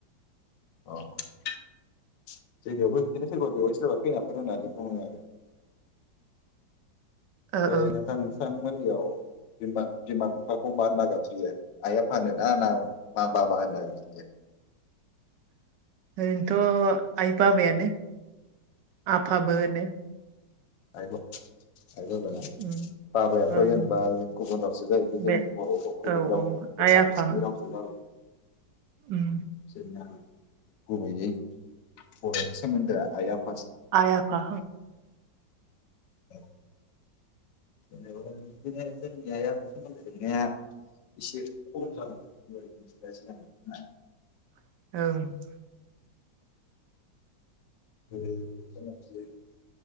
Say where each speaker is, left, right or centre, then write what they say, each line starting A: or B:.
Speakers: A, on the left; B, on the right.
A: अ जोंनियावबो बिदिनो सोरबा बेवहाय सोरबा खैनाफोर होननानै बुङो आरो। ओमफाय
B: ओ
A: नोथां नोंथांमोनियाव जेनेबा बिमा बिफाखौ मा होनना गाज्रियो आइया फानो ना-ना मा बाबा होनना गाज्रियो।
B: ओरैनोथ' आइ बाबायानो। आफाबो होनो।
A: आइ बाबा ना।
B: उम
A: बाबायाथ'
B: ओं
A: जेनेबा गुबुन रावसो जाहैबाय
B: बे
A: जोंनि बर' राव गुबै
B: औ
A: राव
B: औ
A: नङा
B: आइ
A: एसामिसनि
B: आफा
A: रावसो जाबाय
B: उम
A: जोंना गुबैयै बर'नि सोमोन्दो आइ आफ।
B: आइ आफा
A: औ जेनेबा बिदिनो जोंनि आइ सोमोन्दो लिंनाया इसे खम जालांनो हमबाय
B: औ
A: <unintelligible>